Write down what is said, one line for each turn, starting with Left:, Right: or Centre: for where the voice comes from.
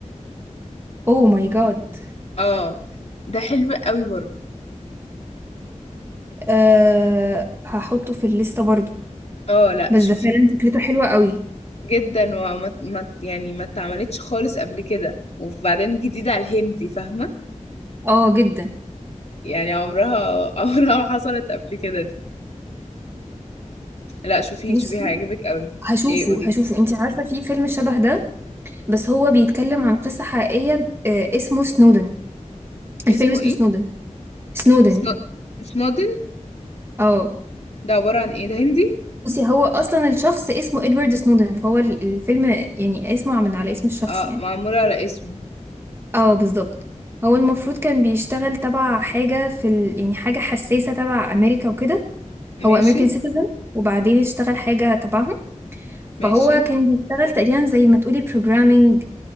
Right: اوه ماي جاد
Left: اه ده حلو قوي برضو
Right: أه هحطه في الليسته برضو
Left: اه لا
Right: بس
Left: شوفي
Right: ده فعلا فكرته حلوة قوي
Left: جدا وما ما يعني ما اتعملتش خالص قبل كده وبعدين جديدة على الهندي فاهمة
Right: اه جدا
Left: يعني عمرها <laughs> عمرها ما حصلت قبل كده دي لا شوفيه
Right: بصي
Left: شوفيه هيعجبك قوي
Right: هشوفه
Left: ايه قولي
Right: هشوفه انت عارفة في فيلم شبه ده بس هو بيتكلم عن قصة حقيقية آه، اسمه سنودن
Left: اسمه
Right: الفيلم اسمه
Left: ايه
Right: سنودن سنودن
Left: سنو... سنودن
Right: اه
Left: ده عبارة عن ايه ده هندي
Right: بصي هو اصلا الشخص اسمه ادوارد سنودن فهو ال- الفيلم يعني اسمه من على اسم الشخص
Left: اه
Right: يعني
Left: معمولة على اسمه
Right: اه بالظبط هو المفروض كان بيشتغل تبع حاجة في ال... يعني حاجة حساسة تبع امريكا وكده هو
Left: ماشي
Right: امريكان سيتيزن وبعدين اشتغل حاجة تبعهم فهو
Left: ماشي
Right: كان بيشتغل تقريبا زي ما تقولي بروجرامينج